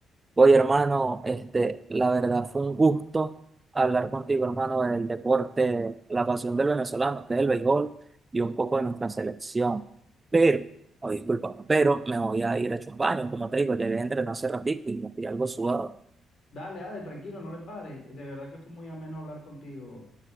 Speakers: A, on the right; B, on the left.
A: Oye, hermano, este, la verdad fue un gusto hablar contigo, hermano, del deporte, la pasión del venezolano, que es el béisbol, y un poco de nuestra selección. Pero, oh, disculpa, pero me voy a ir a echar un baño, como te digo, llegué a entrenar hace ratito y me estoy algo sudado.
B: Dale, dale, tranquilo, no le pares. De verdad que fue muy ameno hablar contigo.